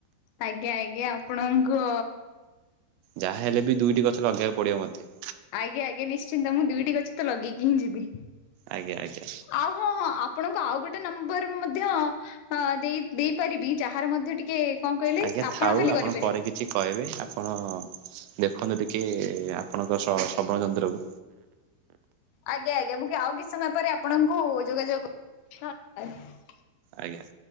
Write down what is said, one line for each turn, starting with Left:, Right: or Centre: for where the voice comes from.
Left: ଆଜ୍ଞା ଆଜ୍ଞା ଆପଣଙ୍କୁ
Right: ଯାହା ହେଲେ ବି ଦୁଇଟି ଗଛ ଲଗେଇବାକୁ ପଡ଼ିବ ମୋତେ।
Left: ଆଜ୍ଞା ଆଜ୍ଞା ନିଶ୍ଚିନ୍ତ ମୁଁ ଦିଇଟି ଗଛ ତ ଲଗେଇକି ହିଁ ଯିବି।
Right: ଆଜ୍ଞା ଆଜ୍ଞା
Left: ଆଉ ହଁ ହଁ ଆପ୍ ଆପଣଙ୍କୁ ଆଉ ଗୋଟେ ନମ୍ବର ମଧ୍ୟ ଅଁ ଦେଇ ଦେଇପାରିବି ଯାହାର ମଧ୍ୟ ଟିକ କେ କଣ କହିଲେ
Right: ଆଜ୍ଞା
Left: ଆପଣ
Right: ଥାଉ
Left: ଖାଲି କରିପାରିବେ।
Right: ପରେ କିଛି କହିବେ ଆପଣ ଦେଖନ୍ତୁ ଟିକେ ଆପଣଙ୍କ ଶ୍ର ଶ୍ରବଣ ଯନ୍ତ୍ରକୁ।
Left: ଆଜ୍ଞା ଆଜ୍ଞା ମୁଁ କି ଆଉ କିଛି ସମୟ ପରେ ଆପଣଙ୍କୁ ଯୋଗାଯୋଗ କ <inaudible>
Right: ଆଜ୍ଞା